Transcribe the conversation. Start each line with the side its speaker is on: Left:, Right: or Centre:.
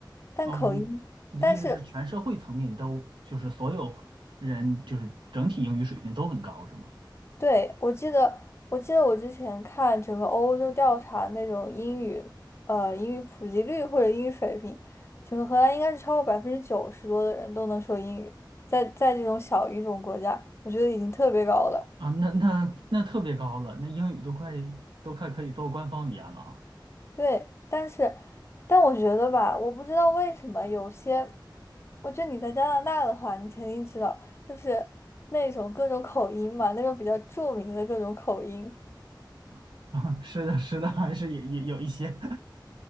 Left: 但口音，
Right: 哦，你你的意思是全社会层面都就是所有人就是整体英语水平都很高是吗？
Left: 但是对，我记得，我记得我之前看整个欧洲调查那种英语，呃，英语普及率或者英语水平，整个荷兰应该是超过百分之九十多的人都能说英语，在在这种小语种国家，我觉得已经特别高了。
Right: 啊，那那那特别高了，那英语都快都快可以做官方语言了啊！
Left: 对，但是，但我觉得吧，我不知道为什么有些，我觉得你在加拿大的话，你肯定知道，就是那种各种口音嘛，那种比较著名的各种口音。
Right: <laughs> 啊，是的，是的，还是有有有一些。<laughs>